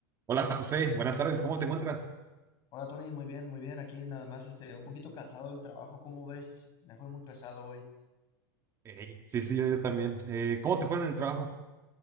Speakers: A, on the right; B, on the left.
A: Hola José, buenas tardes, ¿cómo te encuentras?
B: Hola Tony, muy bien, muy bien. Aquí nada más, este, un poquito cansado del trabajo, ¿cómo ves? Me fue muy pesado hoy.
A: Ey, sí, sí, yo, yo también. Eh, ¿cómo te fue en el trabajo?